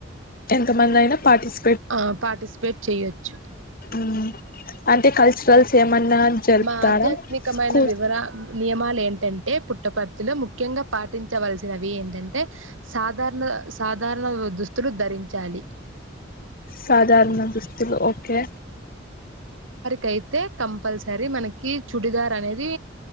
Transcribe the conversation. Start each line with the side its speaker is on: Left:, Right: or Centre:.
Left: ఎంత మంది అయినా పాటిస్
Right: ఆ పాటిస్పేట్ చెయొచ్చు
Left: ఆ అంటే కల్చరల్స్ ఏమన్నా జరుపుతారా
Right: మా ఆధ్యాత్మికమైన
Left: స్కూల్
Right: వివరా నియమాలు ఏంటంటే పుట్టపర్తిలో ముఖ్యంగా పాటించవలసినవి ఏంటంటే సాధారణ సాధారణ దుస్తులు ధరించాలి
Left: సాధారణ దస్తులు ఓకే
Right: కైతే కంపల్సర సరి మనకి చుడిదార్ అనేది